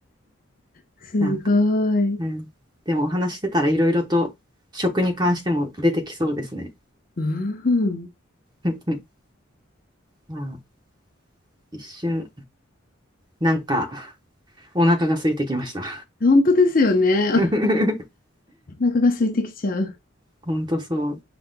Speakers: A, on the left; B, on the right.
A: すごい。
B: なんか、うん。でもお話ししてたらいろいろと食に関しても出てきそうですね。
A: うん、
B: <laughs> まあ、一瞬、なんか、お腹が空いてきました。
A: 本当ですよね。<laughs>
B: <laughs>
A: お腹が空いてきちゃう。
B: ほんとそう。